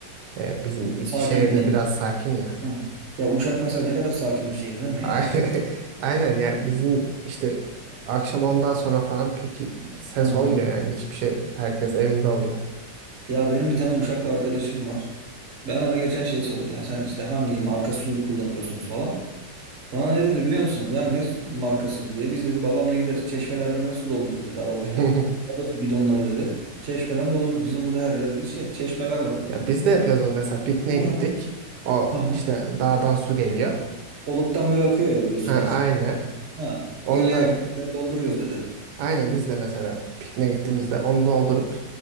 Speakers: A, on the right; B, on the right.
A: e, bizim iki
B: Sakinliği.
A: şehirde biraz sakin ya.
B: Hı. Ya Uşak mesela ne kadar sakin bir şehir değil mi
A: Ay-
B: yani?
A: <laughs> Aynen ya bizim işte akşam ondan sonra falan pek ses
B: Aha.
A: olmuyor yani hiçbir şey herkes evinde oluyor.
B: Ya benim bir tane Uşaklı arkadaşım var. Ben ona geçen şey sordum ya sen işte hangi marka suyu kullanıyorsunuz falan. Bana ne dedi biliyor musun? Ya ne su- markası dedi ya biz dedi babamla gider çeşmelerden ne su doldururuz dedi arabayla.
A: <laughs>
B: Alırız bidonları dedi. Çeşmeden doldururuz. Bizim burada her yerde dedi şey çeşmeler var dedi.
A: Ya biz de yapıyoruz onu mesela pikniğe
B: Hı.
A: gittik.
B: Aha.
A: O
B: hı.
A: işte dağdan su geliyor.
B: Oluktan böyle akıyor ya böyle sular.
A: Ha aynen.
B: Ha. Hı.
A: Onda
B: Öyle yerden gider dolduruyoruz dedi.
A: Aynen biz de mesela pikniğe gittiğimizde onu doldurup